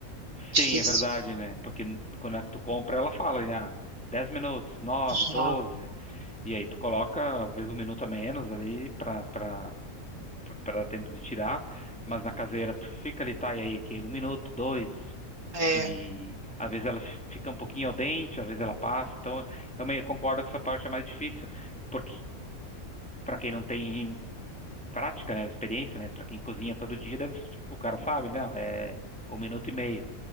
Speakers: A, on the right (about 80°); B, in the centre.
A: Difícil.
B: Sim, é verdade, né? Porque quando é que tu compra, ela fala, né? ah, 10 minutos, 9 doze
A: Não.
B: e aí tu coloca, às vezes, um minuto a menos ali pra, pra, pra pra dar tempo de tirar, mas na caseira tu fica ali, tá, e aí, que um minuto, dois.
A: É,
B: E às vezes ela fica um pouquinho ao dente, às vezes ela passa. Então, eu meio concordo que essa parte é mais difícil, porque para quem não tem prática, né, experiência, né, para quem cozinha todo dia, deve, tipo, o cara sabe, né, "Ah, é um minuto e meio.